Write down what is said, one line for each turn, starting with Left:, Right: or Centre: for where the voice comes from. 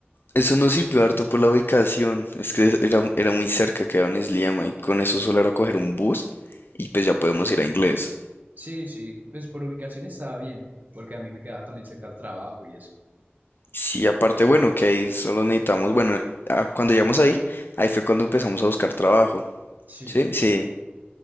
Left: eso nos sirvió harto por la ubicación, es que era, era muy cerca, quedaba en Sliema, y con eso solo era coger un bus, y pues ya podemos ir a inglés.
Right: Sí, sí, pues por ubicación estaba bien, porque a mí me quedaba también cerca al trabajo y eso.
Left: Sí, aparte, bueno, que ahí solo necesitamos, bueno, ah, cuando llegamos ahí, ahí fue cuando empezamos a buscar trabajo.
Right: Sí.
Left: ¿Sí? Sí,